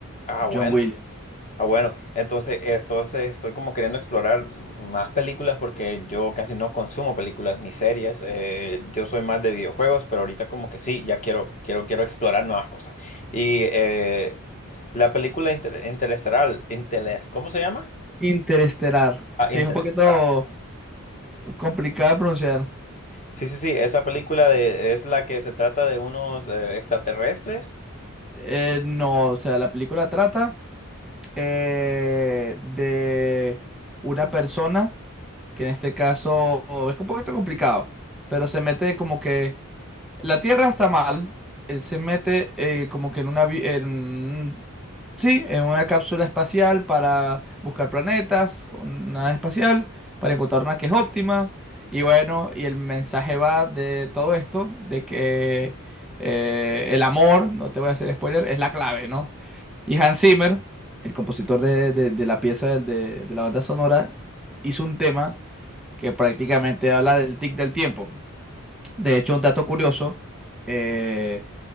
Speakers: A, on the left; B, in the centre.
A: ah, bueno.
B: John Williams.
A: Ah, bueno, entonces, entonces estoy como queriendo explorar más películas porque yo casi no consumo películas ni series. eh, yo soy más de videojuegos, pero ahorita como que sí, ya quiero, quiero, quiero explorar nuevas cosas. Y eh, la película inter- Interestelar, Inteles, ¿cómo se llama?
B: Interestelar.
A: Ah,
B: Sí,
A: Interestelar.
B: es un poquito complicado de pronunciar.
A: Sí, sí, sí, esa película de, es la que se trata de unos eh, extraterrestres.
B: Eh, no, o sea, la película trata eh, de una persona que en este caso es un poquito complicado, pero se mete como que La Tierra está mal. Él se mete eh, como que en una... vi- en- sí, en una cápsula espacial para buscar planetas, una nave espacial, para encontrar una que es óptima. Y bueno, y el mensaje va de todo esto, de que eh, el amor, no te voy a hacer spoiler, es la clave, ¿no? Y Hans Zimmer, el compositor de, de- de la pieza del- de, de la banda sonora, hizo un tema que prácticamente habla del tic del tiempo. De hecho, un dato curioso, eh,